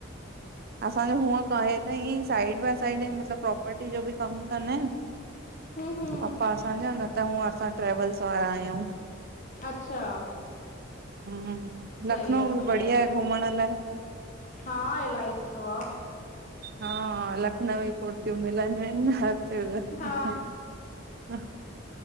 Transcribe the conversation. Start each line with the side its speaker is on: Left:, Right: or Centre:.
Right: असांजो हूअं कां, हे त ईंअईं साइड बाई साइड मतलब प्रोपर्टी जो बि कम कंदा आहिन।
Left: हूं हूं
Right: पप्पा असांजा, न त हूंअं असां ट्रेवल्स वारा आहियूं।
Left: अच्छा
Right: हम्म
Left: सही
Right: लखनऊ
Left: आ
Right: बि
Left: सही
Right: बढ़िया
Left: आ
Right: आहे घुमण लाए।
Left: हा, इलाही सुठो आ।
Right: हा लखनवी कुर्तियूं मिलंदियूं आहिन हर जगह।
Left: हा